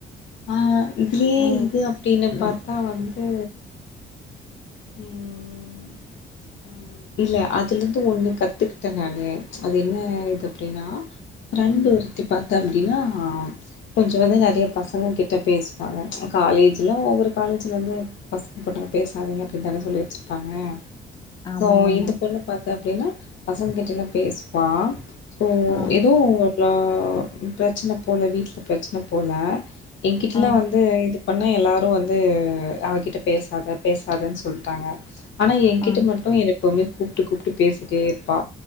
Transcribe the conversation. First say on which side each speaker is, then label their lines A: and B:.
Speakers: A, on the left; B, on the left.
A: ஆஹ் இதுலேயே
B: ஓ
A: இது அப்டின்னு பார்த் தா வந்து உம் ஆஹ் இல்ல அதுலந்து ஒண்ணு கத்துக்கிட்டே நானு அது என்ன இது அப்படின்னா ஃப்ரெண்ட்
B: ம்
A: ஒருத்தி பாத்த அப்டினா கொஞ்சோ வந்து நெறய பசங்க கிட்ட பேசுவாங்க காலேஜ்ல ஒவ்வொரு காலேஜ்ல வந்து பசங்க பொண்ணுங்க பேசாதீங்க ப்படி தானே சொல்லி வச்சிருப்பாங்க
B: ஆமா
A: சோ
B: ஆமா
A: இந்த பொண்ணு பாத்தா அப்டினா பசங்க கிட்டல்லா பேசுவான் <unintelligible>
B: ஆ
A: இதுவூ நல்ல பிரச்சன போல வீட்ல பிரச்சன போல எங்கிட்டலா
B: ஆ
A: வந்து இது பண்ணா எல்லாரு வந்து அவகிட்ட பேசாத பேசாதன்னு சொ சொல்ட்டாங்க ஆனா என்கிட்ட
B: ஆ
A: மட்டு எப்பவுமே கூப்ட்டு கூப்ட்டு பேசிட்டே இருப்பா